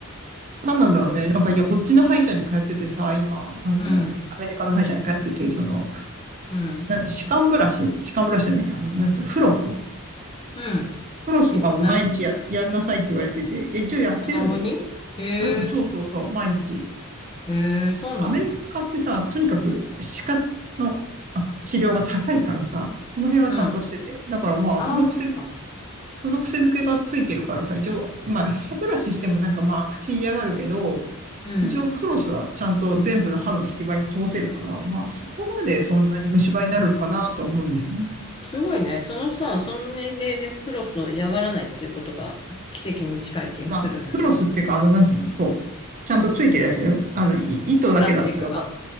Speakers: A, on the right (about 35°); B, on the left (about 25°).
A: なんなんだろうね。なんか、いや、こっちの歯医者に通っててさ、今、あの、
B: うん、
A: アメリカの歯医者に通ってて、その、
B: うん、
A: なん歯間ブラシ、歯間ブラシじゃないや、あの、なんつう、フロス。
B: うん。
A: フロスとかも毎日や、
B: え、な、
A: やんなさいって言われてて、いや一応やってるんだよね。
B: 子供にへえ、
A: うん、そうそうそう、毎日。
B: へえ、そうなんだ。
A: アメリカってさ、とにかく歯科のあ治療が高いからさ、その辺はちゃんとしてて。
B: うん。
A: だからまあ、
B: ああ、
A: その癖、
B: そっか。
A: その癖づけがついてるからさ、一応、まあ、歯ブラシしてもなんかまあ、口嫌がるけど、
B: うん。
A: 一応フロスはちゃんと全部の歯の隙間に通せるから、まあ、そこまでそんなに虫歯になるのかなとは思うんだよね。
B: すごいね。そのさ、その年齢でフロスを嫌がらないっていうことが奇跡に近い気がするんだけど。
A: まあ、フロスっていうか、あの、なんつうの、こう、ちゃんとついてるやつだよ。あの、い糸だけだったらば、
B: プラスチックが。